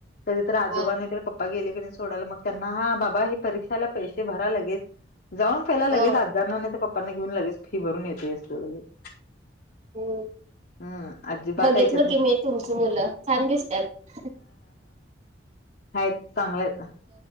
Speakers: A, on the left; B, on the right.
A: कधी तर आजोबा
B: हा
A: नाही तर पप् पप्पा गेले की नाय सोडाला मग त्यांना हा बाबा हे परीक्षाला पैसे भरा लगेच जाऊन पहिला लगेच
B: ह
A: आ नाय तर पप्पा घेऊन लगेच फी भरून येतेयेस तू लगेच
B: होय.
A: हम्म अजिबात
B: बघितल
A: ऐकत नाही
B: की मी तुमची मुलं छान दिसत्यात.
A: हायेत चांगलेयेत